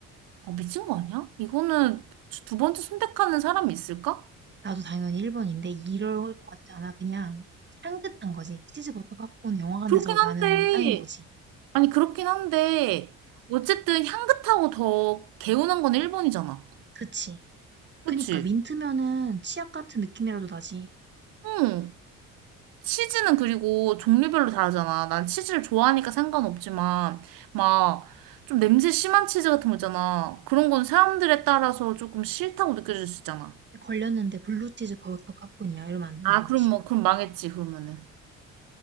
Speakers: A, on the right (about 70°); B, on the right (about 30°).
A: 아, 미친 거 아니야? 이거는 두 두 번째 선택하는 사람이 있을까?
B: 나도 당연히 일 번인데 이럴 것 같지 않아. 그냥 향긋한 거지. 치즈 버터 팝콘 영화관에서
A: 그렇긴 한데,
B: 나는 향인 거지.
A: 아니, 그렇긴 한데, 어쨌든 향긋하고 더 개운한 건 일 번이잖아
B: 그치. 그니까
A: 그치?
B: 민트면은 치약 같은 느낌이라도 나지.
A: 응. 치즈는 그리고 종류별로 다르잖아. 난 치즈를 좋아하니까 상관없지만, 막, 좀 냄새 심한 치즈 같은 거 있잖아. 그런 건 사람들에 따라서 조금 싫다고 느껴질 수 있잖아.
B: 걸렸는데 블루치즈 버터 팝콘이야. 이러면 안 되는
A: 아,
B: 거지.
A: 그럼 뭐, 그럼 망했지, 그러면은.